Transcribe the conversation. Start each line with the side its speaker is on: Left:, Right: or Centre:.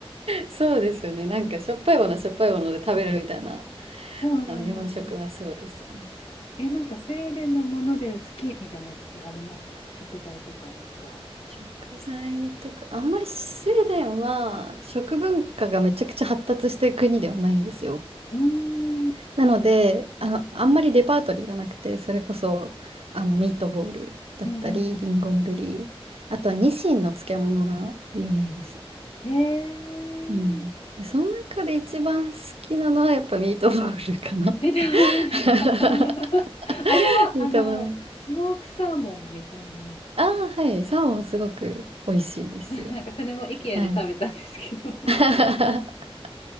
Right: そうですよね。なんかしょっぱいものはしょっぱいもので食べるみたいな、
Left: そうなんですよ。
Right: あの日本食はそうですよね。
Left: え、なんかスウェーデンのもので好きみたいなやつありますか食材とかなんか。
Right: 食材とか、あんまりスウェーデンは食文化がめちゃくちゃ発達してる国ではないんですよ。
Left: うーん、うん
Right: なので、あの、あんまりレパートリーがなくて、それこそあのミートボールだったり、
Left: うん
Right: リンゴンベリー、あとはニシンの漬物が有名です。
Left: うんへえ。
Right: うん。で、その中で一番好きなのはやっぱミートボールかな。<laughs>
Left: え、でない <laughs> あれは、
Right: ミートボール
Left: あの、スモークサーモンみたいな。
Right: ああ、はい。サーモンすごく美味しいですよ。
Left: <laughs> なんかそれも IKEA
Right: はい。
Left: で食べたんですけど。
Right: <laughs>